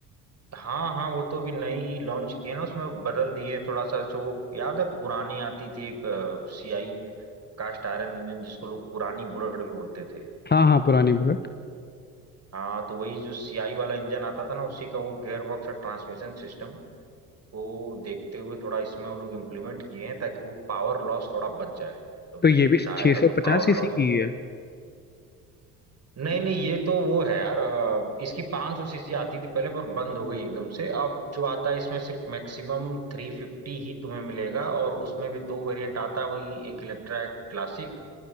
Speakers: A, on the right; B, on the left.
A: हाँ हाँ वो तो अभी नई लॉन्च की है ना उसमें बदल दिए हैं थोड़ा सा जो वो याद है पुरानी आती थी एक सीआई कास्ट आयरन इंजन जिसको लोग पुरानी बुलेट भी बोलते थे
B: हाँ हाँ पुरानी बुलेट
A: हाँ तो वही जो सीआई वाला इंजन आता था ना उसी का वो गियर बॉक्स और ट्रांसमिशन सिस्टम को देखते हुए थोड़ा इसमें वो लोग इम्प्लीमेंट किए हैं ताकि वो पावर लॉस थोड़ा बच जाए तो
B: तो
A: जो
B: ये भी
A: टायर
B: 650
A: का जो पावर
B: सीसी
A: लॉस
B: की ही है
A: नहीं नहीं ये तो वो है यार अ, इसकी 500 सीसी आती थी पहले पर बंद हो गई एकदम से अब जो आता है इसमें सिर्फ मैक्सिमम 350 ही तुम्हें मिलेगा और उसमें भी दो वेरिएंट आता है वही एक इलेक्ट्रा एक क्लासिक